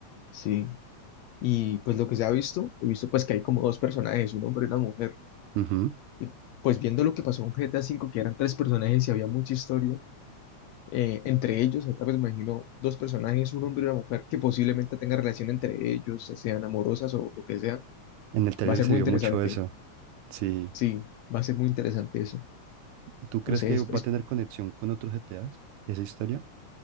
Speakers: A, on the left; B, on the right.
A: sí, y pues lo que se ha visto, he visto pues que hay como dos personajes, un hombre y una mujer.
B: Ujú.
A: Y pues viendo lo que pasó con GTA 5, que eran tres personajes y había mucha historia, eh, entre ellos, ahorita pues me imagino dos personajes, un hombre y una mujer, que posiblemente tengan relación entre ellos, ya sean amorosas o lo que sea.
B: En el trailer
A: Va a ser
B: se
A: muy
B: vio
A: interesante.
B: mucho eso. Sí.
A: Sí, va a ser muy interesante eso.
B: ¿Tú crees
A: Entonces,
B: que va a tener conexión con otros GTAs? ¿Esa historia?